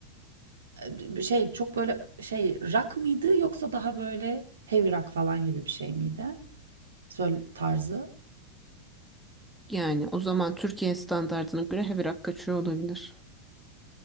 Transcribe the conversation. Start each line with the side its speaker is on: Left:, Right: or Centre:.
Right: bir şey çok böyle şey rock mıydı yoksa daha böyle heavy rock falan gibi bir şey miydi? Söyle tarzı.
Centre: Yani o zaman Türkiye standartına göre heavy rock kaçıyor olabilir.